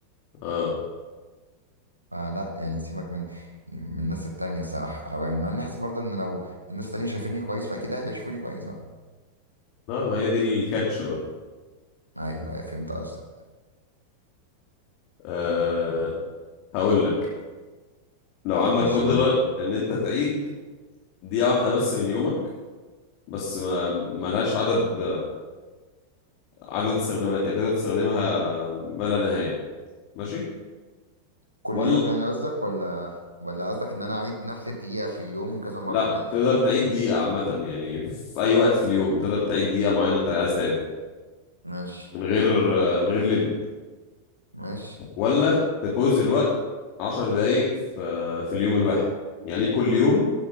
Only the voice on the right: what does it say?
فلا يعني سيبك من من الناس التانية الصراحة أو يعني ما أنا حاسس برضه إن لو الناس التانية شايفيني كويس فأكيد أهلي هيشوفوني كويس بقى
أيوه أيوه فهمت قصدك
ماشي
قول لي.
كل
يوم يعني قصدك ولا ولا قصدك إن أنا أعيد نفس الدقيقة في يوم كذا مرة
عادي
ماشي
ماشي